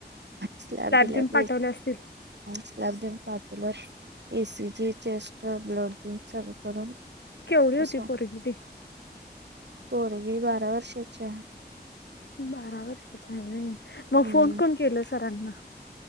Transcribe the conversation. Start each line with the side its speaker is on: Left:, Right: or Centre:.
Right: स्लॅब दिले
Left: देऊन
Right: ते
Left: पाठवले असतील
Right: <unintelligible> चेस्ट ब्लड <inaudible> करून
Left: केवढी
Right: तसं
Left: होती पोरगी ती?
Right: पोरगी बारा वर्षाची आहे.
Left: बारा वर्षाच्या आहे होय. मग
Right: हम्म
Left: फोन कोण केलं सरांना?